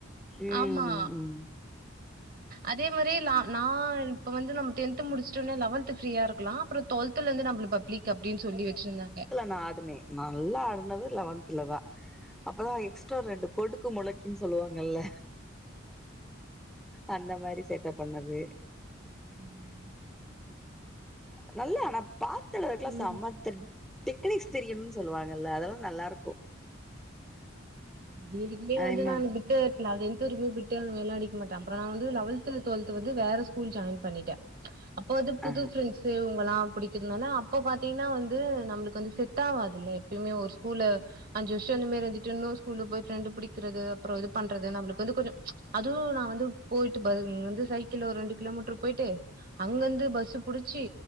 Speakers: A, in the centre; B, on the right (about 45°).
A: ம்
B: ஆமா
A: ம்
B: அதே மாரி நா நா இப்ப வந்து நம்ம டென்து முடிச்ட்டோனே லெவன்த் ஃபிரீயா இருக்லா அப்ரோ டுவெள்த்துல இருந்து நம்ம பப்ளிக் அப்டின்னு சொல்லி வச்சிருந்தாங்க
A: ந ஆடுனே நல்லா ஆடுனது லெவன்த்ல தா அப்பதா எக்ஸ்ட்ரா ரெண்டு கொடுக் மொளைக்கு சொல்லுவாங்கல்ல அந்த மாரி சேட்ட பண்ணது
B: ம்
A: நல்ல ஆனா பாத்து எழுதுறதுக்கெல்லா
B: ம்
A: செம டெக்னிக்ஸ் தெரியணுனு சொல்லுவாங்கல்ல அதெல்லா நல்லா இருக்கு
B: வேணுக்னே
A: அதே
B: நானு வந்து <unintelligible>
A: மா
B: அதுலேருந்து <unintelligible> பிட்டு அந்தமாரில்லா அடிக்கமாட்டே அப்புறோ நா வந்து லெவன்த் டுவல்த் வந்து வேற ஸ்கூல் ஜாயின் பண்ணிட்டே அப்போ அது புது
A: ஆ
B: ஃபிரண்ட்ஸ் இவங்களா புடிக்கிறதுனால அப்போ பாத்திங்கன்னா வந்து நம்ளுக்கு வந்து செட் ஆவாதுல்ல எப்பயுமே ஒரு ஸ்கூல அஞ்சு வர்ஷோ அந்த மாதிரி இருந்துட்டு இன்னோரு ஸ்கூல போய் ஃப்ரெண்டு புடிக்கறது அப்றோ இது பண்றது நம்ளுக்கு வந்து கொஞ்சோ அதுவு நா வந்து பொய்ட்டு ப வந்து சைக்கிள்ள ஒரு ரெண்டு கிலோமீட்டர் பொயிட்டு அங்கருந்து பஸ் புடிச்சி